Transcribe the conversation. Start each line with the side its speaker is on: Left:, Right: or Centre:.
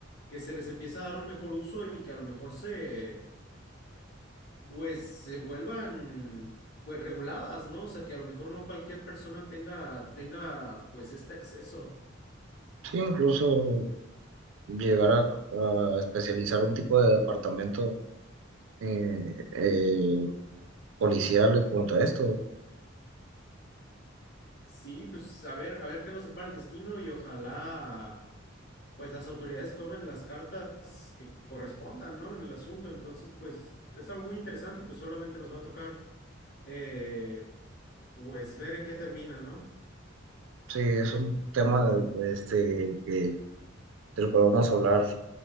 Left: que se les empiece a dar un mejor uso y que a lo mejor se pues se vuelvan pues reguladas, ¿no? O sea, que a lo mejor no cualquier persona tenga, tenga pues este acceso.
Right: Sí, incluso llegar a, a especializar un tipo de departamento eh, eh, policial en cuanto a esto.
Left: Sí, pues a ver, a ver qué nos depara el destino y ojalá pues las autoridades tomen las cartas que correspondan, ¿no? En el asunto. Entonces, pues es algo muy interesante y pues solamente nos va a tocar eh, pues ver en qué termina, ¿no?
Right: Sí, es un tema de- este, que, del cual vamos a hablar,